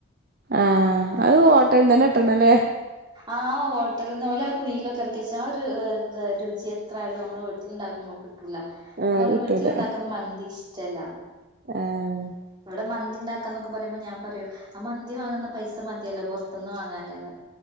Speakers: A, on the right; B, on the right.
A: ആഹ് അത് ഹോട്ടല്ന്നന്നെട്ടണല്ലേ
B: ആഹ് ഹോട്ടല്ന്ന് ഓല് ആ കുയീലൊക്കെ എറക്കിച്ചാ ആ ഒരു രുചി എത്രേയാലും നമ്മള് വീട്ടില്ണ്ടാക്കുമ്പോ കിട്ടൂല
A: ആഹ്
B: അതോണ്ട്
A: അത് കിട്ടൂല
B: വീട്ടിലിണ്ടാക്ക്ന്ന മന്തിഷ്ട്ടല്ല
A: ഏഹ്
B: ഇവടെ മന്തിണ്ടാക്കാന്നൊക്കുമ്പോറിമ്പോ ഞാൻ പറയൂ ആ മന്തി വാങ്ങ്ന്ന പൈസ മതിയല്ലോ പൊറത്ത്ന്ന് വാങ്ങാനെന്ന്